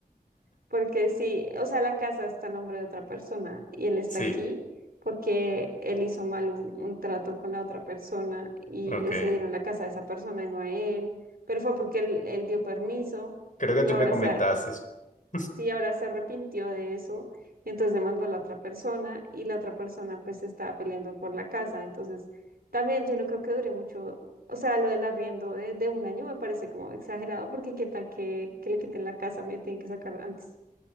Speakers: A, on the right; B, on the left.
A: Porque sí, o sea, la casa está a nombre de otra persona y él está
B: Sí,
A: aquí porque él hizo mal un, un trato con la otra persona y
B: ok.
A: le cedieron la casa a esa persona y no a él, pero fue porque él, él dio permiso
B: Creo que
A: y
B: tú
A: ahora
B: me comentaste
A: se, a-
B: eso. <laughs>
A: sí, ahora se arrepintió de eso, y entonces demandó a la otra persona y la otra persona pues estaba peleando por la casa, entonces también yo no creo que dure mucho, o sea, lo del arriendo de, de un año me parece como exagerado porque qué tal que, que le quiten la casa, me tienen que sacar antes.